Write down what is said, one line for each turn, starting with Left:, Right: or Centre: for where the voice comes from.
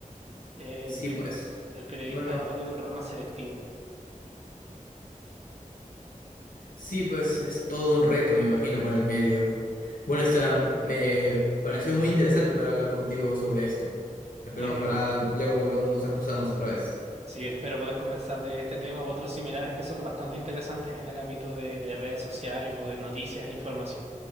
Right: Eh,
Left: Sí,
Right: el, per-
Left: pues.
Right: el periodista
Left: Bueno,
Right: ahora tiene un rol más selectivo.
Left: sí, pues es todo un reto, me imagino, para el medio. Bueno, Esteban, me pareció muy interesante poder hablar contigo sobre esto. Espero
Right: Eh,
Left: ojalá luego volvamos a cruzarnos otra vez.
Right: sí, espero poder conversar de este tema u otros similares que son bastante interesantes en el ámbito de, de redes sociales o de noticias e información.